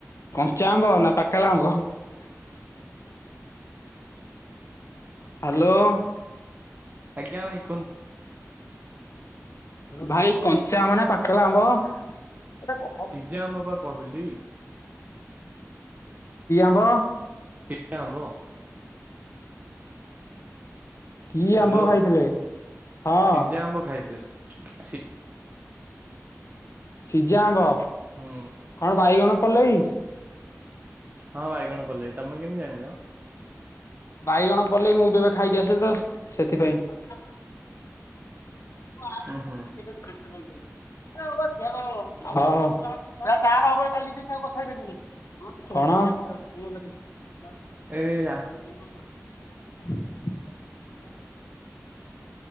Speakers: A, on the right; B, on the left.
A: ।
B: କଞ୍ଚା ଆମ୍ବ ନା ପାକେଲା ଆମ୍ବ । ହାଲୋ ।
A: ଆଜ୍ଞା ଭାଇ ।
B: ଭାଇ କଞ୍ଚା ଆମ୍ୱ ନା ପାକେଲା ଆମ୍ବ । କି
A: ସିଜା ଆମ୍ବ ପା କହିଲି
B: ଆମ୍ବ?
A: ସିଝା ଆମ୍ୱ ।
B: କି ଆମ୍ବ
A: ହାଲୋ
B: ଖାଇଥିଲେ ହଁ
A: ସିଜା ଆମ୍ବ ଖାଇଥିଲି ।
B: ସିଝା ଆମ୍ବ
A: ହୁଁ
B: କଣ ବାଇଗଣ ପଲେଇ।
A: ହଁ ବାଇଗଣ ପିଲେଇ ତମେ କେମିତି ଜାଣିଲ?
B: ବାଇଗଣ ପଲେଇ ମୁଁ ବି ଏବେ ଖାଇକି ଆସିଲି ତ ସେଥିପାଇଁ । ହଁ
A: ହୁଁ ହୁଁ
B: । କଣ?
A: ଏଇ ଆ
B: <unintelligible>